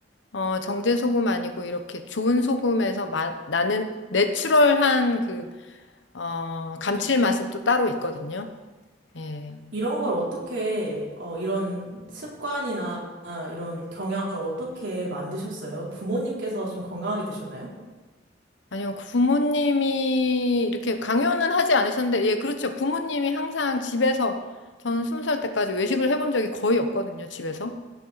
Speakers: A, on the left; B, on the right.
A: 어, 정제소금 아니고 이렇게 좋은 소금에서 마, 나는 내추럴한 그 어, 감칠맛은 또 따로 있거든요. 예.
B: 이런 걸 어떻게, 어, 이런 습관이나 이런 경향을 어떻게 만드셨어요? 부모님께서 좀 건강하게 드셨나요?
A: 아니요, 부모님이 이렇게 강요는 하지 않으셨는데, 예, 그렇죠. 부모님이 항상 집에서, 저는 스무 살 때까지 외식을 해본 적이 거의 없거든요, 집에서.